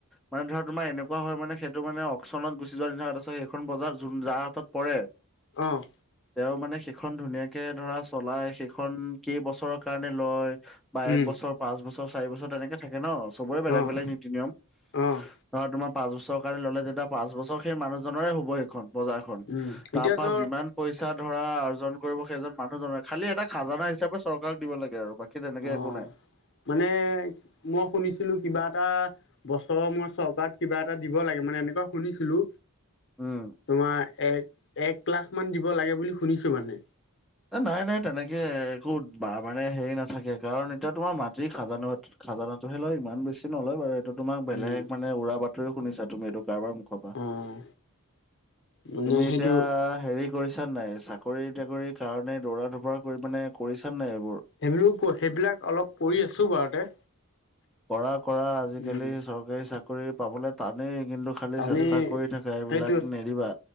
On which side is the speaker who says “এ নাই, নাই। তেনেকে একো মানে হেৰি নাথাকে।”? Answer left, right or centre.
Centre